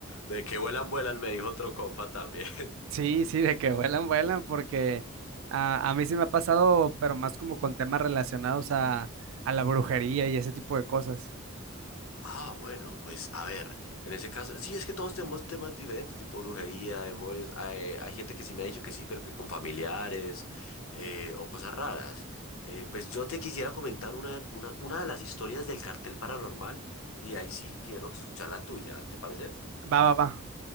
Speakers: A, on the left; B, on the right.
A: De que vuelan, vuelan, me dijo otro compa también.
B: Sí, sí, de que vuelan, vuelan, porque a, a mí sí me ha pasado, pero más como con temas relacionados a, a la brujería y ese tipo de cosas.
A: Ah, bueno, pues a ver, en ese caso, sí, es que todos tenemos temas diferentes, tipo brujería, demonios. Hay, hay gente que sí me ha dicho que sí, pero que con familiares eh, o cosas raras. Eh, pues yo te quisiera comentar una, una, una de las historias del cartel paranormal y ahí sí quiero escuchar la tuya, ¿te parece?
B: Va, va, va.